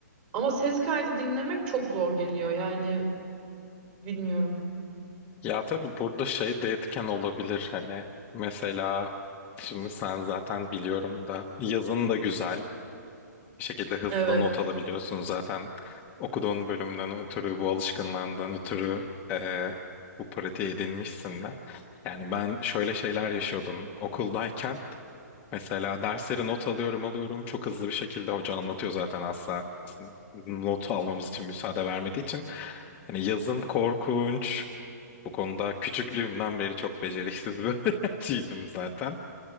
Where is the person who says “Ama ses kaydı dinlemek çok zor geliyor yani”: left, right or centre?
Right